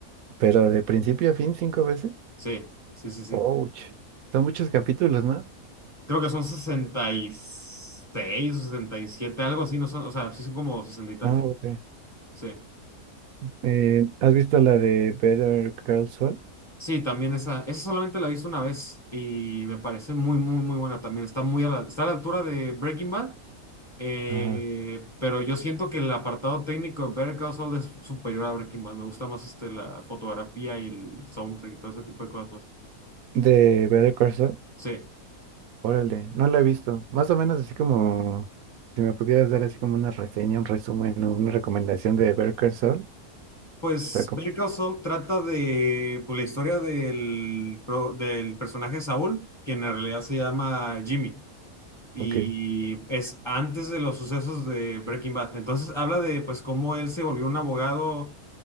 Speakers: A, on the right; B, on the left.
A: Pero de principio a fin cinco veces.
B: Sí, sí, sí, sí.
A: Ouch. Son muchos capítulos, ¿no?
B: Creo que son 66 o 67, algo así, no son, o sea, sí son como sesenta y tantos.
A: Ah, ok.
B: Sí.
A: Eh, ¿has visto la de Better Call Saul?
B: Sí, también esa, esa solamente la he visto una vez y me parece muy, muy, muy buena también. Está muy a la, está a la altura de Breaking Bad, eh,
A: Ajá.
B: pero yo siento que el apartado técnico de Better Call Saul es superior a Breaking Bad. Me gusta más este, la fotografía y el soundtrack y todo ese tipo de cosas más.
A: De Better Call Saul.
B: Sí.
A: Órale, no la he visto. Más o menos así como, si me pudieras dar así como una reseña, un resumen o una recomendación de Better Call Saul.
B: Pues
A: Está como,
B: Better Call Saul trata de pues, la historia del, pro- del personaje Saúl, quien en realidad se llama Jimmy. y
A: ok,
B: es antes de los sucesos de Breaking Bad. Entonces habla de pues cómo él se volvió un abogado,